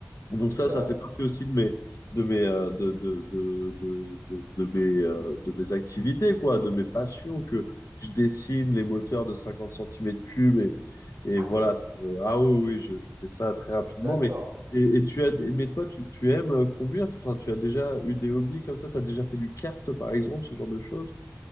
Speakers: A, on the left; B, on the right.
A: Donc
B: D'accord.
A: ça, ça fait partie aussi de mes, de mes, euh, de, de, de, de, de, de mes, euh, de mes activités, quoi, de mes passions, que je dessine les moteurs de 50 centimètres cubes et,
B: Ah
A: et voilà.
B: oui,
A: ça me- ah oui, oui, je, je fais ça très rapidement.
B: d'accord.
A: Mais, et, et tu as, mais toi, tu, tu aimes euh, conduire? Enfin, tu as déjà eu des hobbies comme ça? Tu as déjà fait du kart, par exemple, ce genre de choses?